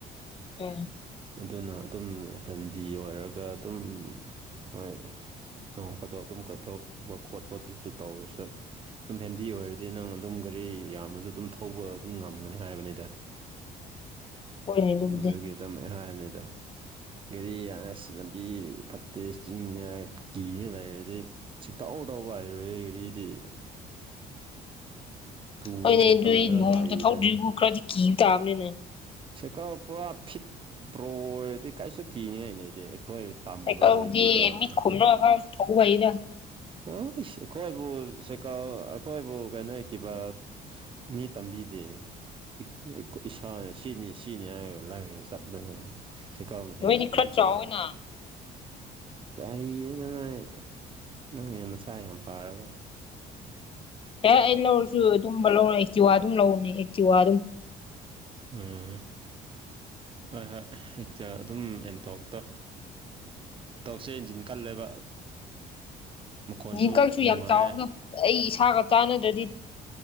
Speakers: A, on the left; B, on the right.
A: ꯎꯝ
B: ꯑꯗꯨꯅ ꯑꯗꯨꯝ ꯍꯦꯟꯗꯤ ꯑꯣꯏꯔꯒ ꯑꯗꯨꯝ ꯍꯣꯏ ꯅꯣꯡꯐꯥꯗꯣꯛ ꯑꯗꯨꯝ ꯀ‌ꯣꯏꯊꯣꯛꯄ ꯈꯣꯠꯄꯗꯨꯁꯨ ꯇꯧꯔꯨꯁ‌ꯣ ꯇꯨꯝ ꯍꯦꯟꯗꯤ ꯑꯣꯏꯔꯗꯤ ꯅꯪ ꯑꯗꯨꯝ ꯒꯥꯔꯤ ꯌꯥꯝꯃꯁꯨ ꯑꯗꯨꯝ ꯊꯧꯕ ꯑꯗꯨꯝ ꯉꯝꯒꯅꯤ ꯍꯥꯏꯕꯅꯤꯗ
A: ꯍꯣꯏꯅꯦ ꯑꯗꯨꯕꯨꯗꯤ
B: ꯑꯗꯨꯒꯤ ꯑꯗꯨꯝ ꯍꯥꯏꯝꯅꯤꯗ ꯒꯥꯔꯤ ꯑꯁ ꯂꯝꯕꯤ ꯐꯠꯇꯦ ꯆꯤꯡꯅ‌ꯦ ꯍꯥꯏ ꯀꯤꯅ ꯂꯩꯔꯗꯤ ꯁꯨꯛ ꯊꯧ ꯊꯧꯕ ꯍꯩꯔꯣꯏ ꯌ‌ꯦ ꯒꯥꯔꯤꯗꯤ ꯇꯨꯕ
A: ꯍ‌ꯣꯏꯅꯦ
B: ꯃꯇꯝꯗ
A: ꯑꯗꯨꯏ ꯅꯣꯡꯃꯇ
B: ꯍꯩꯕꯅꯦ
A: ꯊꯧꯗ‌ꯣꯏꯕꯨ ꯈꯔꯗꯤ ꯀꯤꯕ ꯇꯥꯕꯅꯤꯅꯦ
B: ꯁꯥꯏꯀꯜ ꯄꯨꯔꯥ ꯐꯤꯠ ꯄ꯭ꯔꯣ ꯑꯣꯏꯔꯗꯤ ꯀꯩꯁꯨ ꯀꯤꯅꯤꯡꯉꯥꯏ ꯂꯩꯇ‌ꯦ ꯑꯩꯈꯣꯏ ꯇꯝꯕ꯭ꯔꯣꯅꯦ
A: ꯁꯥꯏꯀꯜꯕꯨꯗꯤ
B: ꯑꯦꯛꯇꯤꯚꯥꯕꯨ
A: ꯃꯤꯠ ꯈꯨꯝꯔꯒ ꯈꯔꯥ ꯊꯧꯕ ꯍꯩꯗꯥ
B: ꯍꯁ ꯑꯩꯈꯣꯏꯕꯨ ꯁꯥꯏꯀꯜ ꯑꯩꯈꯣꯏꯕꯨ ꯀꯩꯅꯣ ꯑ‌ꯦꯛꯇꯤꯕꯥ ꯃꯤ ꯇꯝꯕꯤꯗꯦ <unintelligible> ꯏꯁꯥꯅ ꯁꯤꯅꯤ ꯁꯤꯅꯤ ꯍꯥꯏꯔꯒ ꯂꯥꯏꯅ ꯆꯠꯕꯅ‌ꯦ ꯁꯩꯀꯜꯅ ꯍꯦꯟꯅ
A: ꯅꯣꯏꯗꯤ
B: ꯂꯨꯕꯅꯦ
A: ꯈꯔ ꯆꯥꯎꯋꯦꯅ
B: ꯀꯔꯤꯗꯅ ꯉꯥꯏ ꯅꯪ ꯍꯦ ꯅꯁꯥ ꯌꯥꯝ ꯐꯔꯒ
A: ꯍ‌ꯦ ꯑꯩ ꯂꯧꯔꯁꯨ ꯑꯗꯨꯝꯕ ꯂꯧꯔ‌ꯣꯏ ꯑꯦꯛ ꯇꯤꯋꯥ ꯑꯗꯨꯝ ꯂꯧꯅꯤ ꯑꯦꯛ ꯇꯤꯋꯥ ꯑꯗꯨꯝ
B: ꯎꯝ ꯍꯣꯏ ꯍꯣꯏ ꯍꯦꯛꯇ ꯑꯗꯨꯝ ꯑꯦꯟꯇ‌ꯣꯛꯇ ꯇꯧꯁꯦ ꯏꯟꯖꯤꯟ ꯀꯜꯂꯦꯕ ꯃꯈꯣꯟꯁꯨ
A: ꯚꯤꯀꯜꯁꯨ
B: ꯅꯨꯡꯉꯥꯏ
A: ꯌꯥꯝ ꯆꯥꯎꯕꯗ ꯑꯩ ꯏꯁꯥꯒ ꯆꯥꯅꯗ꯭ꯔꯗꯤ